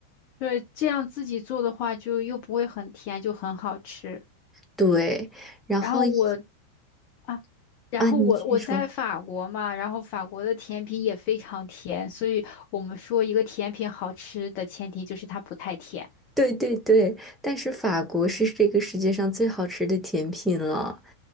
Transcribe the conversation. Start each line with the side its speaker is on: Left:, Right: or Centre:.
Left: 对，这样自己做的话，就又不会很甜，就很好吃。
Centre: 对，然后一
Left: 然后我啊，然后我我在法国嘛，
Centre: 啊，你先说。<laughs>
Left: 然后法国的甜品也非常甜，所以我们说一个甜品好吃的前提就是它不太甜
Centre: 对对对，但是法国是这个世界上最好吃的甜品了。